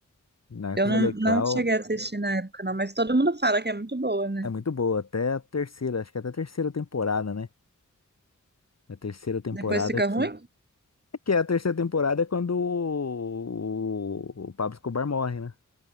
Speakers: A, on the left (about 55°); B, on the right (about 30°).
A: Narcos
B: Eu não,
A: é legal.
B: não cheguei a assistir na época, não. Mas todo mundo fala que é muito boa, né?
A: É muito boa, até a terceira, acho que até a terceira temporada, né? É A terceira temporada
B: Depois fica
A: que.
B: ruim.
A: É que é a terceira temporada é quando o, o Pablo Escobar morre, né?